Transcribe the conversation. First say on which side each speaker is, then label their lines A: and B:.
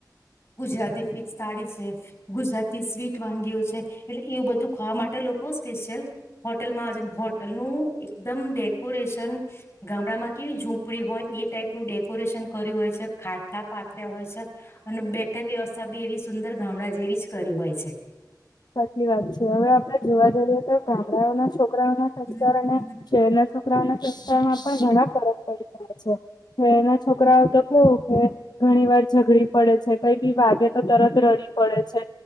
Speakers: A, on the left (about 40°); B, on the left (about 75°).
A: ગુજરાતી ફિક્સ થાળી છે ગુજરાતી સ્વીટ વાનગીઓ છે એટલે એવું બધું ખાવા માટે લોકો સ્પેશિયલ હોટેલમાંજ નું એકદમે રેશન ગામડામાં કેવી ડી હોય એ ટાઈપનું ડેકોરેશન કર્યું હોય છે ખાટલા પા હોય છે અને બે વ્યવસ્થા બી એવી સુંદર ગામડા જેવી જ કરી હોય છે
B: સાચી વાત છે હવે આપડે જોવા જઈએ તો ગામડાઓના છોકરાઓ ના સંસ્કાર
A: હમ
B: અને શહેર છોકરાઓના શિકષમાં પણ ઘણા ફરક પડી જાય છે છે એના છોકરાઓ તો કેવું કે ઘણી વાર ઝઘડી પડે છે કઈ બી વાગે તો તરત રરી પડે છે